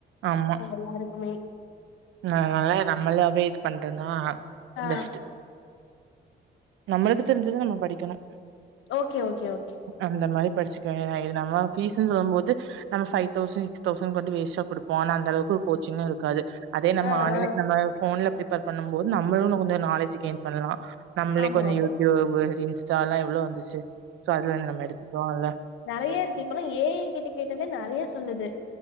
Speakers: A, on the right; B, on the left.
A: ஆமா
B: அவுங்க எல்லாருக்குமே
A: அதனால நம்மளாவே இது பன்றேனா
B: ஆ
A: பெஸ்டு நம்மளுக்கு தெரிஞ்சது நம்ம படிக்கணு
B: ஓகே ஓகே ஓகே
A: அந்த மாரி படிச்சுக்க வேண்டி தா இது நம்ம ஃபீஸ்னு சொல்லும்போது நம்ம ஃபைவ் தௌஷன் சிக்ஸ்தௌ கொண்டு வேஸ்டா குடுப்போ ஆனா அந்தளவுக்கு கோச்சிங்கு இருக்காது அதே நம்ம
B: ஆ
A: ஆன்லைன்
B: ஆ
A: நம்ம போன்ல பிரிப்பேர் பண்ணும்போது நம்மளு இன்னு கொஞ்ச நாலேஜ் கெய்ன் பண்ணலா நம்மளே
B: ஆமா
A: கொஞ்ச
B: ஆமா
A: யூடியூப் இன்ஸ்டால்லா எவ்ளோ வந்துச்சு சோ அதுலங்குற மாரி எடுத்து <unintelligible>
B: நெறையா இருக்கு இப்பெல்லா ஏ ஐ கிட்ட கேட்டாலே நெறையா சொல்லுது